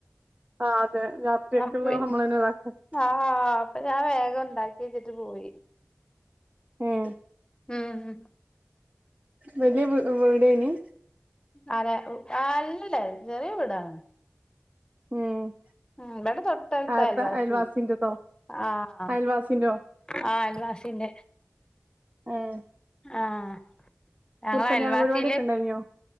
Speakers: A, on the right; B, on the left.
A: ആഹ് അതെ രാത്രിക്കിള്ളെ
B: അപ്പ
A: നമ്മളെന്നെ ഇതാക്ക
B: ആഹ് അപ്പൊ ഞാൻ വേഗം ഇണ്ടാക്കി വെച്ചിട്ട് പോയി.
A: ഉം
B: ഉം.
A: വല്ല്യ വീ വീടെനി?
B: ആരെ അല്ലല്ല ചെറിയ വീടാണ്.
A: ഉം
B: ഉം ഇവടെ തൊട്ടടുത്ത്
A: ആര്താ
B: അയൽവാസി
A: അയൽവാസിന്റെതോ
B: ആഹ്.
A: അയൽവാസിന്റോ
B: ആ അയൽവാസിന്റെ.
A: ഏഹ്
B: ആഹ് ഞങ്ങളെ
A: കുറുക്കല്യാണ
B: അയൽവാസില്
A: പരിപാടിയൊക്കെ ഇണ്ടായിനോ